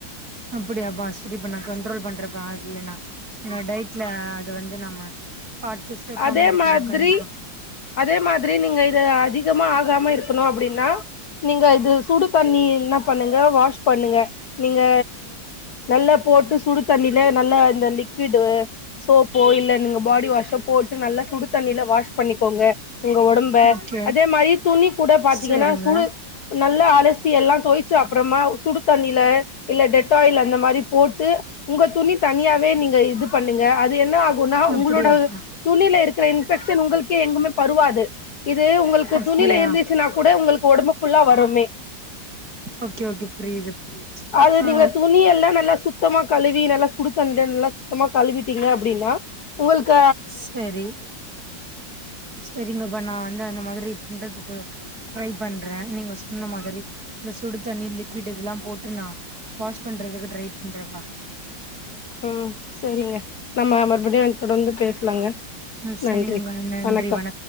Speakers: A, on the right; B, on the left.
A: அப்டியாப்பா சரிப்பா நா கண்ட்ரோல் பண்றப்பா அதுலனா நான் டயட்ல அது வந்து நம்ம பாத்து சேக்காம
B: அதே
A: இருக்குறோ
B: மாதிரி
A: கண்டிப்பா
B: அதே மாதிரி நீங்க இது அதிகமா ஆகாம இருக்கணு அப்டினா நீங்க இது சுடு தண்ணி என்ன பண்ணுங்க வாஷ் பண்ணுங்க நீங்க நல்லா போட்டு சுடு தண்ணில நல்லா இந்த லிக்விடு சோப்போ இல்ல நீங்க பாடி வாஷோ போட்டு நல்லா சுடு தண்ணில வாஷ் பண்ணிக்கோங்க ஒங்க ஒடம்ப
A: ஓகே
B: அதே மாரி துணி கூட பாத்தீங்கன்னா
A: சரிங்க
B: சுடு நல்லா அலசி எல்லா துவய்ச்சு அப்றமா சுடு தண்ணில இல்ல டெட்டாயில் அந்த மாரி போட்டு உங்க துணி தனியாவே நீங்க இது பண்ணுங்க அது என்ன ஆ குனா
A: அப்டியாப்பா
B: உங்களோட துணில இருக்குற இன்பெக்க்ஷன் உங்களுக்கே எங்குமே பருவாது இது உங்களுக்கு
A: அப்டியா
B: துணியில இருந்துச்சுன்னா கூட உங்களுக்கு ஒடம்பு ஃபுல்லா வரும்மே
A: ஓகே ஓகே புரியுது
B: அது
A: ஆ
B: நீங்க துணி எல்லா நல்லா சுத் த்தமா கழுவி நல்லா சுடுத்தண்ணில நல்லா சுத்தமா கழுவிட்டீங்க அப்டின்னா உங்களுக்க
A: செரி செரிங்கப்பா நா வந்து அந்த மாதிரி பண்றதுக்கு ட்ரை பண்றே நீங்க சொன்ன மாதிரி இந்த சுடு தண்ணி லிக்விட் இதெல்லா போட்டு நா வாஷ் பண்றதுகு ட்ரை பண்றபா
B: ம் சரிங்க நம்ம மறுபடியு தொடர்ந்து பேசலாங்க
A: ம் சரிங்க
B: நன்றி
A: நன்றி
B: வணக்கம்